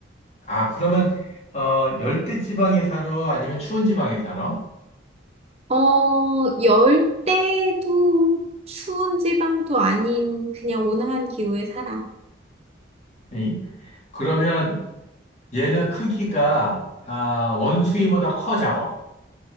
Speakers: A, on the left (about 35°); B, on the right (about 35°).
A: 아, 그러면, 어, 열대 지방에 살아? 아니면 추운 지방에 살아?
B: 어, 열대도 추운 지방도 아닌 그냥 온화한 기후에 살아.
A: 네. 그러면 얘는 크기가 아, 원숭이보다 커 작어.